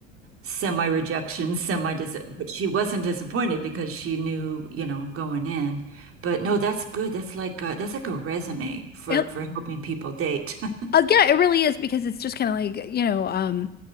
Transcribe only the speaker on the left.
It
Uh, yeah, it really is because it's just kind of like, you know, um,